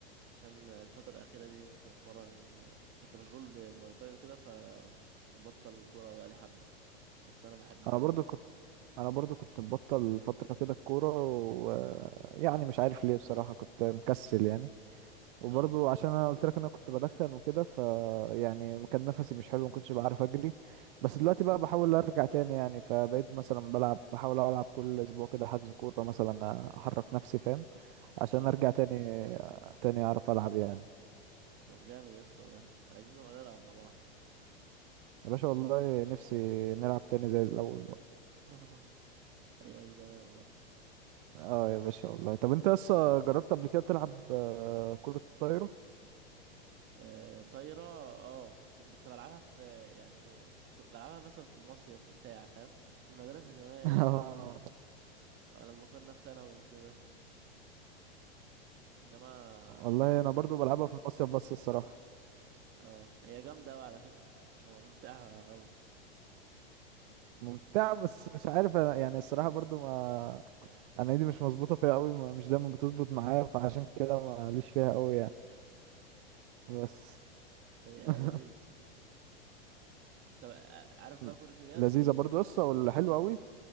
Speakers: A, on the right; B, on the right.
A: عشان الفترة الأخيرة دي كنت بتمرن كنت مشغول بالمواي تاي وكده فمبطل الكورة بقالي حبة بس انا بحبها
B: انا
A: قوي
B: برضو كنت انا برضو كنت مبطل فترة كده الكورة ويعني مش عارف ليه بصراحة كنت مكسل يعني وبرضو
A: اه
B: عشان انا قلت لك انا كنت بدخن وكده ف يعني كان نفسي مش حلو ما كنتش بعرف اجري بس دلوقتي بقى بحاول ارجع تاني يعني فبقيت مثلا بلعب بحاول العب كل اسبوع كده حجز كورة مثلا احرك نفسي فاهم عشان
A: اه
B: ارجع تاني تاني اعرف العب يعني
A: طب جامد يا اسطى والله عايزين نبقى نلعب مع بعض
B: يا باشا والله نفسي نلعب تاني زي الاول بقى
A: <laughs> ايام زمان بقى
B: اه يا باشا والله طب انت لسه جربت قبل كده تلعب آه، كرة طايرة
A: آه طايرة اه كنت بس بلعبها في يعني كنت بلعبها مثلا في مصيف بتاع فاهم في المدرسة زمان
B: اه
A: لما كنا اه لما كنا في ثانوي وكده انما
B: والله انا برضو بلعبها في المصيف بس الصراحه
A: اه هي جامدة اوي على فكرة ممتعة اوي
B: ممتعه بس مش عارف أنا يعني الصراحه برضو ما انا ايدي مش مظبوطه فيها قوي ما- مش دايما بتظبط معايا فعشان كده ما ليش فيها قوي يعني بس
A: هي
B: <laughs>
A: لذيذ طب ع- عارف بقى
B: ل-
A: كرة اليد
B: لذيذه برضو يسطا ولا حلوه قوي